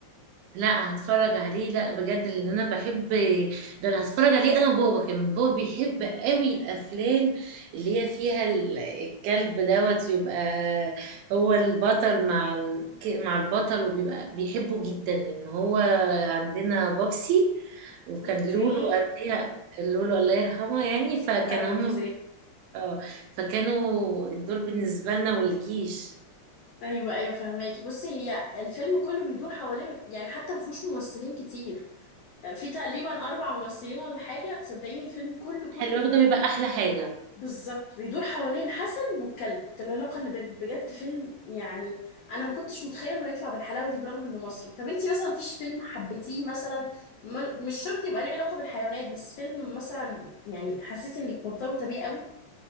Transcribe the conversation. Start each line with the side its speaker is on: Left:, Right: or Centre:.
Right: لا هتفرج عليه لا بجد لان انا بحب ده انا هتفرج عليه انا وبابا كمان بابا بيحب قوي الافلام اللي هي فيها ال- الكلب دوت يبقى هو البطل مع ال- مع البطل وبيبقى بيحبه جدا لان هو عندنا بابسي وكان
Left: اوكي
Right: لولو قبلها لولو الله يرحمه يعني فكان
Left: حبيبتي
Right: هم اه فكانوا دول بالنسبة لنا والكيش
Left: ايوه ايوه فهماكي بصي هي الفيلم كله بيدور حوالين يعني حتى مفهوش ممثلين كتير آه، في تقريبا اربع ممثلين ولا حاجه صدقيني الفيلم كله كله
Right: خلي بالك ده بيبقى احلى حاجة
Left: بالظبط بيدور حوالين حسن والكلب ده العلاقة اللي بينهم بجد فيلم يعني أنا ما كنتش متخيلة إنه يطلع بالحلاوة دي برغم إنه مصري طب أنتي مثلا مفيش فيلم حبيتيه مثلا ما- مش شرط يبقى ليه علاقة بالحيوانات بس فيلم مثلا يعني حسيتي إنك مرتبطة بيه قوي